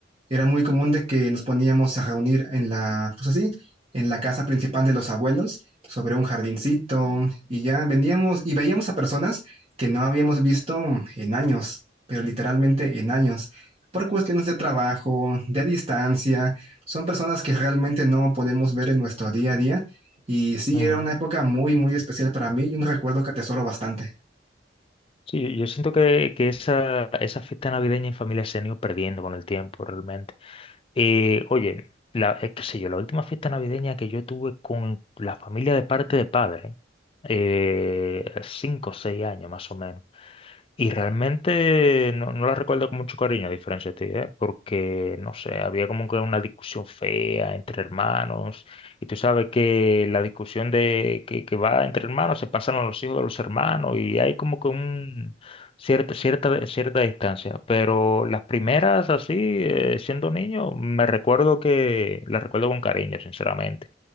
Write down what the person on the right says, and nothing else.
Era muy común de que nos poníamos a reunir en la, pues así, en la casa principal de los abuelos, sobre un jardincito, y ya veníamos y veíamos a personas que no habíamos visto en años, pero literalmente en años, por cuestiones de trabajo, de distancia son personas que realmente no podemos ver en nuestro día a día. Y sí,
era una época muy, muy especial para mí y un recuerdo que atesoro bastante.